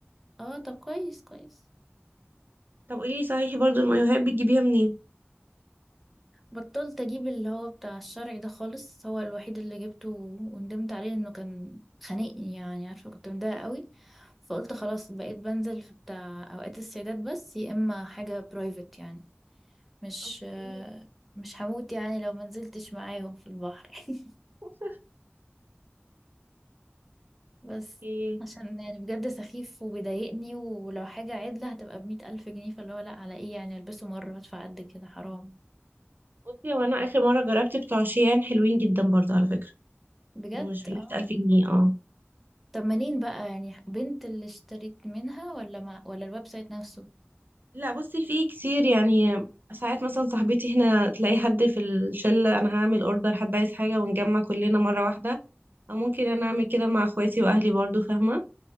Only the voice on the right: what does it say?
طب قولي لي صحيح برضه المايوهات بتجيبيها منين
اوكي
<laughs>
اوكي
بصي هو انا اخر مره جربت بتوع شيان حلوين جدا برضه على فكره
ومش بيحت
1000 جنيه اه
لا بصي في كتير يعني ساعات مثلا صاحبتي هنا تلاقي حد في الشلة انا هعمل اوردر حد عايز حاجة ونجمع كلنا مرة واحدة او ممكن انا اعمل كده مع اخواتي واهلي برضو فاهمة